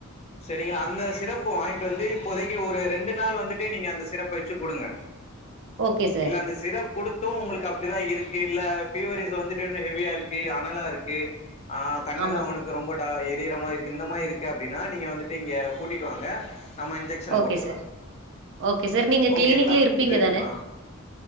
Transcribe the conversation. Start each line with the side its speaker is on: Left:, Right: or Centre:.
Left: சரிங்களா அந்த சிரப்பு வாங்கிட்டு வந்து இப்போதைக்கு ஒரு ரெண்டு நாள் வந்துட்டு நீங்க அந்த சிரப்பு வச்சு குடுங்க
Right: ஓகே சார்.
Left: இல்ல அந்த சிரப் குடுத்தும் உங்களுக்கு அப்டிதா இருக்கு இல்ல ஃபீவரிஸ் வந்துட்டு இன்னு ஹெவியா இருக்கு அனலா இருக்கு ஆ கண்ணெல்லா
Right: ஆமா
Left: அவனுக்கு
Right: சார்.
Left: ரொம்ப டா எரியிற மா இருக்கு இந்த மாரி இருக்கு அப்டின் னா நீங்க வந்துட்டு இங்க கூட்டிட்டு வாங்க நம்ம இன்ஜெக் ஷன்
Right: ஓகே
Left: போட்டுக்கலா
Right: சார். Okay sir. நீங்க கிளினிக்ல
Left: ஓகேங்களா
Right: இருப்பீங்க தானே?
Left: ஆ